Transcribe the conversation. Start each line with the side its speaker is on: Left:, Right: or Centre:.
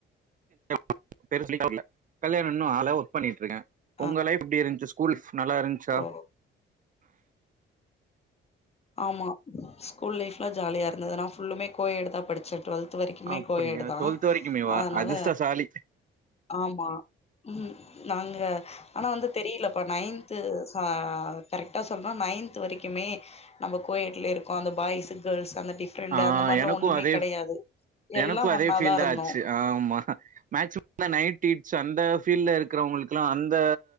Right: <inaudible> கல்யாணோ இன்னு ஆவல ஒர்க் பண்ணிட்ருக்க
Left: ஆ
Right: உங்க லைஃப் எப்டி இருந்ச்சு கூல்ஃஸ் நல்லா இருந்ச்சா
Left: ஓ ஆமா ஸ்கூல் லைஃப்லா ஜாலியா இருந்தது நா ஃபுல்லுமே கோயெட்டு தா படிச்சே ட்வெல்த் து வரிக்குமே
Right: அப்டியா
Left: கோயெடுதா
Right: டுவெல்த் வரைக்குமேவா
Left: அதனால
Right: அதிர்ஷ்டசாலி
Left: ஆமா ம் நாங்க ஆனா வந்து தெரியலப்பா நைன் த்து அ கரெக்டா சொல்ன்னா நைன்த்து வரிக்குமே நம்ம கோயெட்ல இருக்கு அந்த பாய்ஸு கேள்ஸு அந்த டிஃப் ரெண்டு
Right: ஆ
Left: அந்த மாரிலா
Right: எனக்கு
Left: ஒண்ணுமே
Right: அதே
Left: கெடையாது எல்லா
Right: எனக்கு அதே
Left: ஒன்னாதா
Right: ஃபீல் தா
Left: இருந்தோ
Right: ஆச்சு ஆமா மேக்சிமம் ந்த நைட் டிஸ் அந்த பீல்ட்ல இருக்கிறவங்களுக்குல்லா அந்த